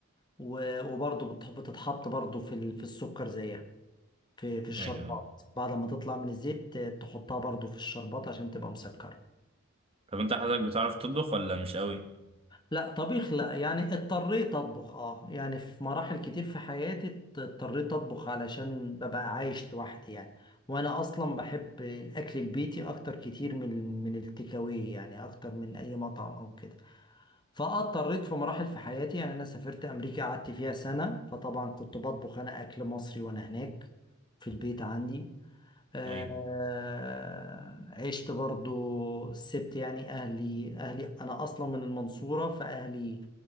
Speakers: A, on the left; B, on the right.
A: و... وبرضه بتح- بتتحط برضه في ال... في السكر زيها في في الشربات
B: ايوه
A: بعد ما تطلع من الزيت تحطها برضه في الشربات عشان تبقى مسكرة
B: طب انت حضرتك بتعرف تطبخ ولا مش قوي
A: لا طبيخ لا يعني اضطريت اطبخ اه يعني في مراحل كتير في حياتي اضطريت اطبخ علشان ببقى عايش لوحدي يعني وانا اصلا بحب الاكل البيتي اكتر كتير من من التكاوي يعني اكتر من اي مطعم او كده فاضطريت في مراحل في حياتي يعني انا سافرت امريكا قعدت فيها سنة فطبعا كنت بطبخ انا اكل مصري وانا هناك في البيت عندي آه،
B: ايوه
A: عشت برضو سبت يعني أهلي أهلي أنا أصلا من المنصورة فأهلي